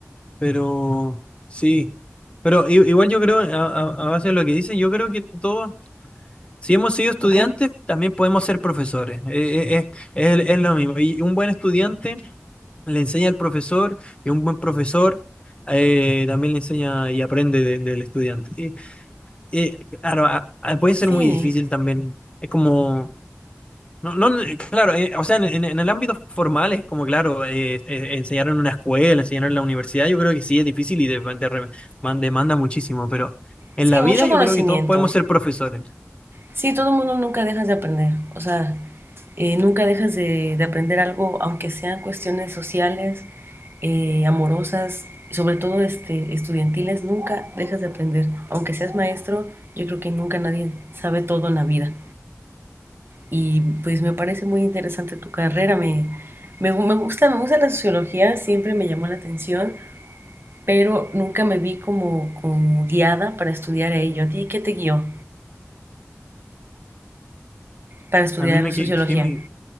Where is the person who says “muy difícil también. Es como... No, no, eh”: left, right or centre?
Left